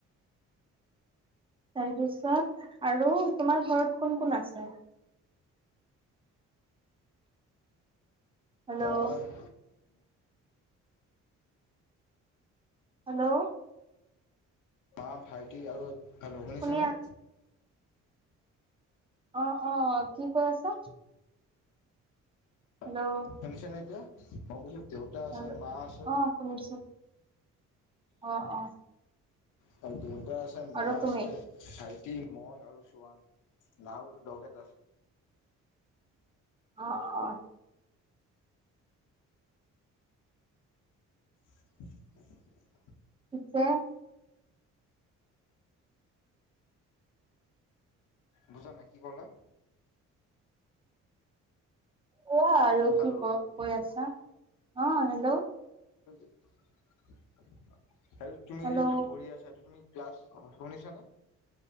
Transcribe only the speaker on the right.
তাৰপিছত আৰু? তোমাৰ ঘৰত কোন-কোন আছে? <inaudible> হেল্ল'
হেল্ল'
শুনি অ-অ কি কৈ আছা?
হেল্ল'
হেল্ল'
অ শুনিছো অ অ
আৰু তুমি
অ-অ।
পিছে
কোৱা আৰু
কি ক কৈ আছা। অ হেল্ল'।
হেল্ল'